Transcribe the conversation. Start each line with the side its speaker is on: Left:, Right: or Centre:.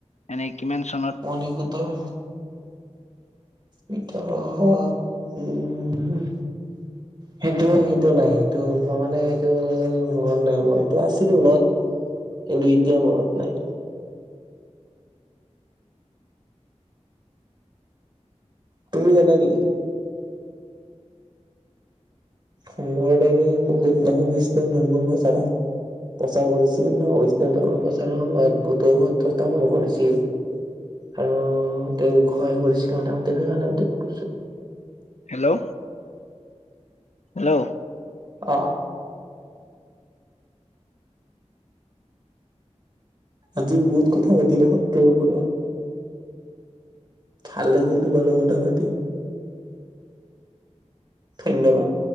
Left: এনে কিমান চনত
Right: মণিকূটৰ ভিতৰত উম
Left: <inaudible>
Right: সেইটো সেইটো নাই, সেইটো মই মানে সেইটো মনত নাই মোৰ, এইটো আছিলে মনত কিন্তু এতিয়া মনত নাই। তুমি জানা নেকি? শংকৰদেৱে বহুত নাম বিষ্ণু <unintelligible> প্ৰচাৰ কৰিছিল ন', বৈষ্ণৱ ধৰ্ম প্ৰচাৰৰ সময়ত বহুতো সত্ৰ স্থাপন কৰিছিল। আৰু তেওঁক সহায় কৰিছিল মাধৱদেৱ মাধৱদেৱ <unintelligible>
Left: হেল্ল', হেল্ল'।
Right: অ'। আজি বহুত কথা পাতিলোঁ সত্ৰৰ ওপৰত। ভাল লাগিল তোমাৰ লগত কথা পাতি। ধন্যবাদ।